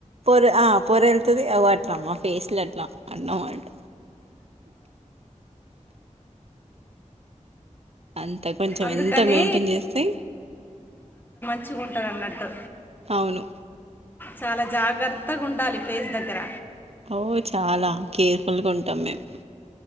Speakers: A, on the right (about 50°); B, on the left (about 15°).
A: పొర పొర వెళ్తుంది అ అట్లా మా ఫేస్లో అట్లా అన్నం అంట అంత కొంచెం
B: అందుకని
A: ఎంత మెయింటైన్ చేస్తే
B: మచ్చుకుంటారు అన్నట్టు
A: అవును
B: చాలా జాగ్రత్తగా ఉండాలి ఫేస్ దగ్గర
A: ఓ చాలా కేర్ఫుల్గా ఉంటాం మేము